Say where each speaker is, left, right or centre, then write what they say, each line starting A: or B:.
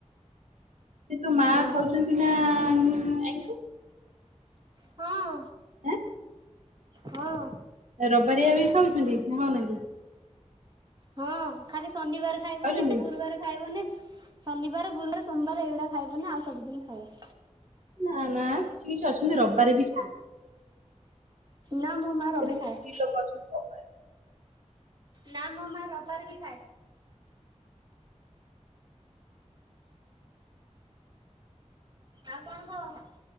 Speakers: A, on the right; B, on the right.
A: ଏ ତୋ
B: ହଁ
A: ମା ଖାଉଚନ୍ତି ନା ଆଇଁ-ଆଇଁଷ?
B: ହଁ।
A: ଏଁ।
B: ହଁ।
A: ରବାରିଆ ବି ଖାଉଚନ୍ତି ନା ଖାଉନାହାଁନ୍ତି?
B: ହଁ ଖାଲି ଶନିବାର ଖାଇବନି
A: ଖାଉଛନ୍ତି
B: ଗୁରୁବାର ଖାଇବନି ଶନିବାର୍ ଗୁରୁବାର ସୋମବାର ଏଇଗୁଡା ଖାଇବନି ଆଉ ସବୁଦିନି ଖାଇବ।
A: ନା- ନା କିଛି କିଛି ଅଛନ୍ତି ରବିବାରେ ବି ଖାଆନ୍ତି
B: ନାଁ ମୋ ମାଁ ରବେ
A: ଯେମିତି
B: ଖାଏ।
A: <inaudible>
B: ନାଁ ମୋ ମା ରବିବାର ବି ଖାଏ ଆଉ କଣ କହ?